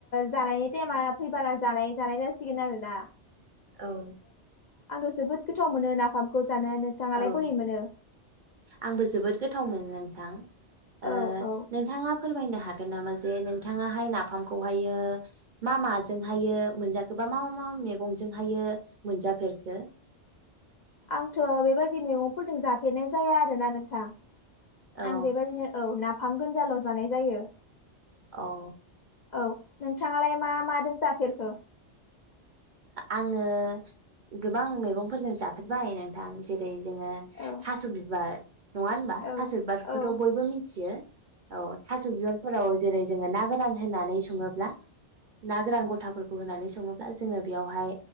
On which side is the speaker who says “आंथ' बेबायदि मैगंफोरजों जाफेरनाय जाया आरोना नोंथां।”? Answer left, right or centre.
Left